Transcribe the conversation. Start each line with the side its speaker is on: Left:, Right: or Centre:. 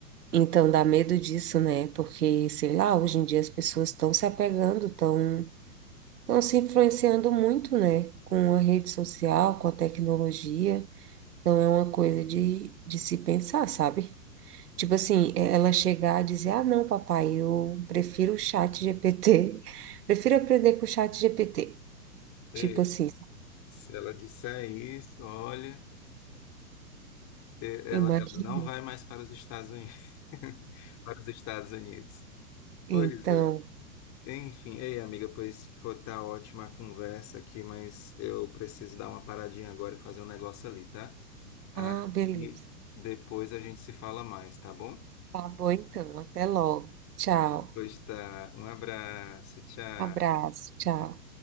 Right: Então dá medo disso, né? Porque, sei lá, hoje em dia as pessoas estão se apegando, estão estão se influenciando muito, né? Com a rede social, com a tecnologia. Então é uma coisa de, de se pensar, sabe? Tipo assim, é- ela chegar a dizer, ah, não, papai, eu prefiro o chat GPT, <laughs> prefiro aprender com o chat GPT.
Left: Ei,
Right: Tipo assim,
Left: se ela disser isso, olha, e- ela,
Right: imagina.
Left: ela não vai mais para os Estados Unidos. <laughs> Para os Estados Unidos. Pois
Right: Então,
Left: é. Enfim, ei, amiga, pois foi tá ótima a conversa aqui, mas eu preciso dar uma paradinha agora e fazer um negócio ali, tá? Aí
Right: ah, beleza.
Left: depois a gente se fala mais, tá bom?
Right: Tá bom, então. Até logo. Tchau.
Left: Pois tá. Um abraço, tchau.
Right: Abraço. Tchau.